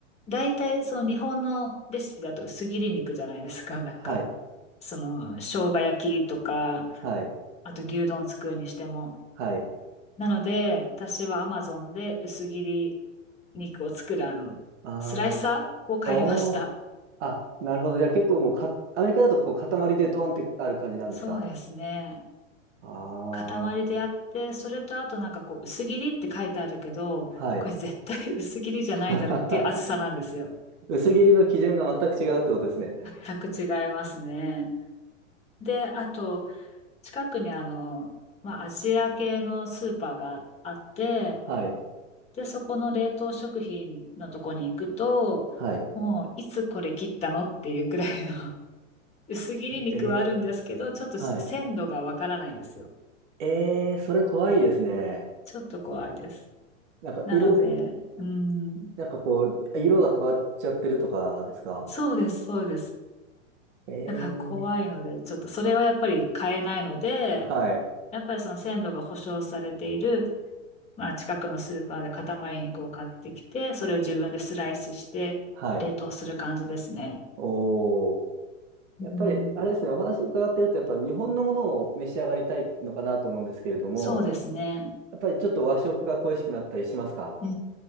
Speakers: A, on the left (about 15°); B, on the right (about 65°).
A: 大体その日本のレシピだと薄切り肉じゃないですか、なんか。
B: はい。
A: その、生姜焼きとか、
B: はい。
A: あと牛丼作るにしても。
B: はい。
A: なので、私は Amazon で薄切り肉を作るあの、
B: ああ。
A: スライサーを買いました。
B: おーあ、なるほど。じゃあ結構もうか、アメリカだとこう塊でドーンってある感じなんですか
A: そうですね。
B: あ
A: 塊でやって、
B: あー。
A: それとあとなんかこう、薄切りって書いてあるけど、
B: はい。
A: これ絶対薄切りじゃないだろうっていう厚さなんですよ。
B: <laughs> 薄切りの基準が全く違うってことですね。
A: 全く違いますね。で、あと、近くにあの、まあ、アジア系のスーパーがあって、
B: はい。
A: で、そこの冷凍食品のとこに行くと、
B: はい。
A: もう、いつこれ切ったのっていうくらいの薄切り肉はあるんですけど、
B: ええ。
A: ちょっと鮮度がわからないんですよ。
B: はい。ええ、それ怖いですね。
A: ちょっと怖いです。
B: なんか色、
A: なので、うん、
B: なんかこう、色が変わっちゃってるとかですか
A: そうです、そうです。
B: ええ。
A: だから怖いので、ちょっとそれはやっぱり買えないので、
B: はい。
A: やっぱりその鮮度が保証されている、まあ近くのスーパーで塊肉を買ってきて、それを自分でスライスして冷凍する感じですね。
B: はい。おー。
A: うん、
B: やっぱり、あれですね、お話伺ってると、やっぱ日本のものを召し上がりたいのかなと思うんですけれども、
A: そうですね。
B: やっぱりちょっと和食が恋しくなったりしますか
A: う